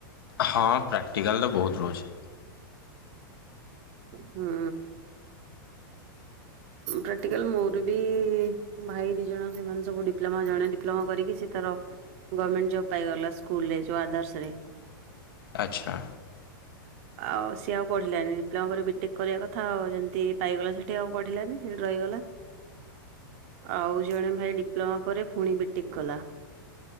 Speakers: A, on the left; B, on the right.
A: ହଁ ପ୍ରାକ୍ଟିକାଲ ତ ବହୁତ ରହୁଛି।
B: ହୁଁ। ପ୍ରାକ୍ଟିକାଲ, ମୋର ବି ଭାଇ ଦି ଜଣ ସେମାନେ ସବୁ ଡିପ୍ଲୋମା ଜଣେ ଡିପ୍ଲୋମା କରିକି ସେ ତାର ଗମେଣ୍ଟ ଜବ ପାଇଗଲା ସ୍କୁଲରେ ଯଉ ଆଦର୍ସ ରେ।
A: ଆଚ୍ଛା।
B: ଆଉ ସେ ସେ ଆଉ ପଢିଲାନି। ଡିପ୍ଲୋମା ପରେ ବିଟେକ୍ କରିବା କଥା, ଆଉ ଯେମିତି ପାଇଗଲା ସେଠି ଆଉ ପଢିଲାନି ସେଠି ରହିଗଲା। ଆଉ ଜଣେ ଭାଇ ଡିପ୍ଲୋମା ପରେ ଫୁଣି ବିଟେକ୍ କଲା।